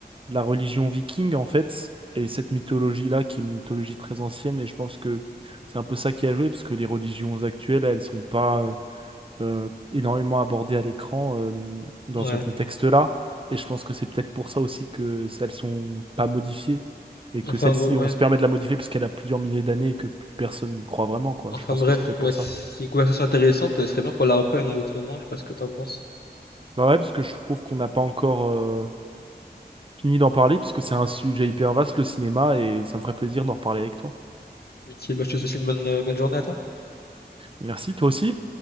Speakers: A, on the right (about 30°); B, on the left (about 70°).
A: la religion viking, en fait, et cette mythologie-là, qui est une mythologie très ancienne, et je pense que c'est un peu ça qui a joué, parce que les religions actuelles, elles sont pas euh, euh, énormément abordées à l'écran euh, dans
B: Ouais.
A: ce contexte-là, et je pense que c'est peut-être pour ça aussi que celles sont pas modifiées, et que
B: Enfin,
A: celle-ci,
B: br- ouais.
A: on se permet de la modifier parce qu'elle a plusieurs milliers d'années et que plus personne n'y croit vraiment, quoi.
B: Enfin,
A: Je pense
B: bref,
A: que c'est peut-être
B: ouais,
A: pour
B: c'est
A: ça.
B: une conversation intéressante. Ce serait bien qu'on la reprenne à un autre moment. Je sais pas ce que t'en penses.
A: Bah ouais, parce que je trouve qu'on n'a pas encore euh, fini d'en parler, parce que c'est un sujet hyper vaste, le cinéma, et ça me ferait plaisir d'en reparler avec toi.
B: Ok, bah, je te souhaite une bonne, euh, bonne journée à toi.
A: Merci, toi aussi.